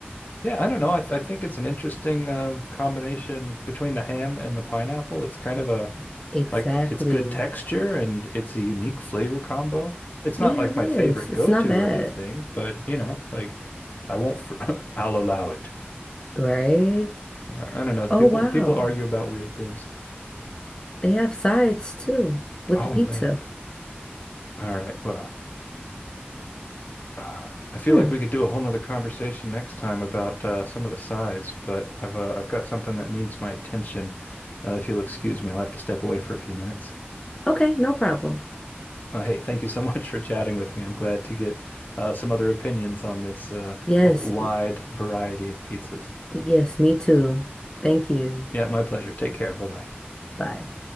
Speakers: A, on the left (about 45°); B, on the left (about 20°).
A: Yeah, I don't know. I, th I think it's an interesting uh, combination between the ham and the pineapple. It's kind of a
B: Exactly.
A: like it's good texture and it's a unique flavor combo. It's
B: Yeah,
A: not like
B: it
A: my
B: is.
A: favorite
B: It's
A: go-to
B: not bad,
A: or anything, but you know, like I won't fr <laughs> I'll allow it.
B: right?
A: Yeah, I don't know. People
B: Oh wow.
A: people argue about weird things.
B: They have sides too with
A: Oh
B: the pizza.
A: man. All right. Well. uh, I feel
B: Hmm.
A: like we could do a whole nother conversation next time about uh, some of the sides, but I've uh, I've got something that needs my attention. Uh, if you'll excuse me, I'll have to step away for a few minutes.
B: Okay, no problem.
A: Uh, hey, thank you so <laughs> much for chatting with me. I'm glad to get uh, some other opinions on this uh,
B: Yes,
A: wide variety of pizzas.
B: yes, me too. Thank you.
A: Yeah, my pleasure. Take care. Bye bye.
B: Bye.